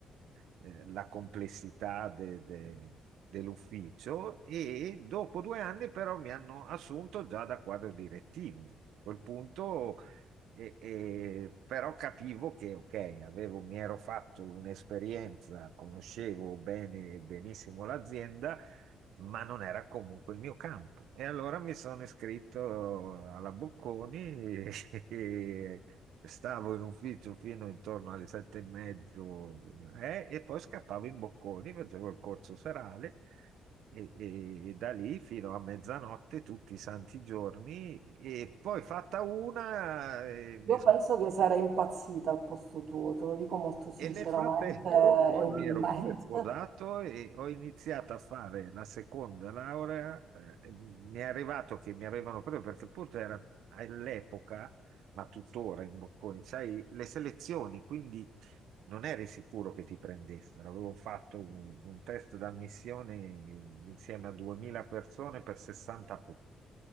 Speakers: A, on the right; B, on the right.
A: della complessità de- de- dell'ufficio. E dopo due anni, però, mi hanno assunto già da quadro direttivo. A quel punto. E- e- però capivo che, ok, avevo, mi ero fatto un'esperienza, conoscevo bene, benissimo l'azienda, ma non era comunque il mio campo. E allora mi sono iscritto alla Bocconi e <laughs> e stavo in ufficio fino intorno alle sette e mezzo eh, e poi scappavo in Bocconi, facevo il corso serale. E, e- e da lì fino a mezzanotte tutti i santi giorni e poi fatta una eh, mi
B: Io penso che sarei impazzita al posto tuo, te lo dico molto sinceramente
A: e nel frattempo poi
B: e umilmente.
A: mi ero pure sposato
B: <laughs>
A: e ho iniziato a fare la seconda laurea. eh, mi è arrivato che mi avevano preso perché pure era all'epoca, ma tuttora in Bocconi, sai, le selezioni, quindi non eri sicuro che ti prendessero. Avevo fatto un, un test d'ammissione insieme a 2000 persone per 60